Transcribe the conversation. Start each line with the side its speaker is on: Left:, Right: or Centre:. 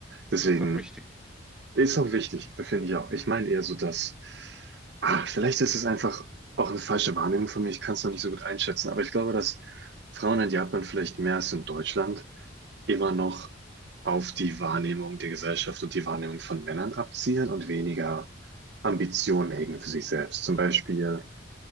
Right: Deswegen
Centre: Ist auch wichtig.
Right: ist auch wichtig, da finde ich auch. Ich meine eher so, dass, ah, vielleicht ist es einfach auch eine falsche Wahrnehmung von mir. Ich kann es noch nicht so gut einschätzen, aber ich glaube, dass Frauen in Japan vielleicht mehr als in Deutschland immer noch auf die Wahrnehmung der Gesellschaft und die Wahrnehmung von Männern abzielen und weniger Ambitionen hegen für sich selbst. Zum Beispiel,